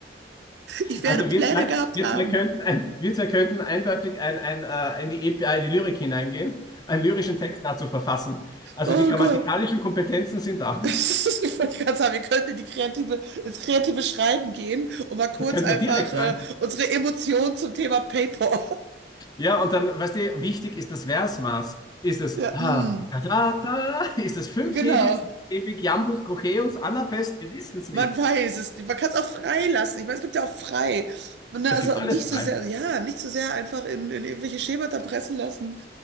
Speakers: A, on the right; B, on the left.
A: Ich werde
B: Also
A: Pläne
B: wir zwei,
A: gehabt
B: wir
A: haben.
B: zwei könnten, ein, wir zwei könnten eindeutig ein, ein, äh, in die EPI, die Lyrik hineingehen, einen lyrischen Text dazu verfassen. Also
A: Oh
B: die grammatikalischen
A: Gott.
B: Kompetenzen sind da.
A: <laughs> Ich wollte gerade sagen, wir könnten in die kreative, ins kreative Schreiben gehen und mal kurz
B: Da könnten
A: einfach
B: wir direkt
A: äh,
B: rein.
A: unsere Emotionen zum Thema Paper. <laughs>
B: Ja, und dann, weißt du, wichtig ist das Versmaß. Ist es
A: Ja,
B: ah,
A: mm,
B: da, da, da, ist es fünfhebig,
A: genau.
B: sechshebig, Jambus, Trocheus, Anapest? Wir wissen es nicht.
A: Man weiß es nicht. Man kann es auch frei lassen. Ich meine, es gibt ja auch frei. Ne,
B: Es
A: also
B: gibt alles
A: nicht
B: frei.
A: so sehr, ja, nicht so sehr einfach in, in irgendwelche Schemata pressen lassen.